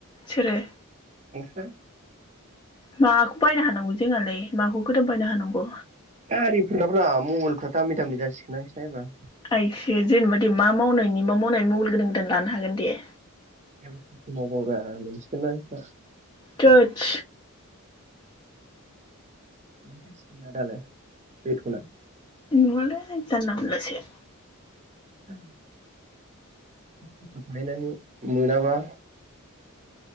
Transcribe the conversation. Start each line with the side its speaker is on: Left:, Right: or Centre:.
Left: सोरो।
Right: नोंसोर।
Left: माखौ बायनो हानांगौ जोंहालाय माखौ गोदान बायनो हानांगौ।
Right: गारिफोराब्रा मबाइलफ्रा दामि दामि जासिगोन ना नोंसिना एबार
Left: आइसो जेनेबा दे मा मावनायनि मा मावनायनि मबाइल गोदान गोदान लानो हागोन दे
Right: <unintelligible> मावबाब्रा मोनसिगोनना
Left: थोथस
Right: मोनथास नोंआ दालाय बेेटना।
Left: नङालैय जानला मोनलासो।
Right: <inaudible> ओमफाय नों मोनाबा।